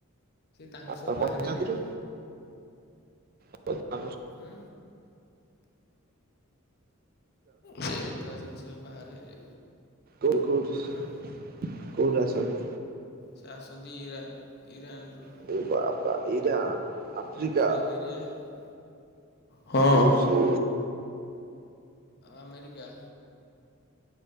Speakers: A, on the left; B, on the right.
A: ତାଙ୍କର ସବୁ
B: ଆଉ ପଞ୍ଚାୟତରୁ
A: ବାହାର ଏରିଆ।
B: <inaudible> <inaudible>
A: ହୁଁ ସେ ଏଠୁ ଆସନ୍ତି ସବୁ ବାହାର ଏରିଆ।
B: କୋଉଠୁ
A: ଆଁ
B: ଆସନ୍ତି?
A: ସେ ଆସନ୍ତି ଇରାନ ଇରାନରୁ।
B: ଆରେ ବାବା ଇରାନ୍ ଆଫ୍ରିକା।
A: <inaudible> ହଁ
B: ଓହୋ
A: ଆମେରିକା।